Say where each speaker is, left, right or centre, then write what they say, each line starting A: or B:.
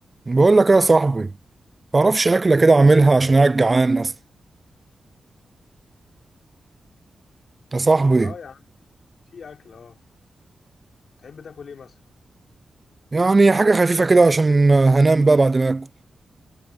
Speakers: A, on the right; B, on the left.
A: بقول لك إيه يا صاحبي تعرفش اكله كده اعملها عشان قاعد جعان اصلا يا صاحبي
B: اه يا عم في اكل اه تحب تاكل ايه مثلا
A: يعني حاجه خفيفه كده عشان هنام بقى بعد ما اكل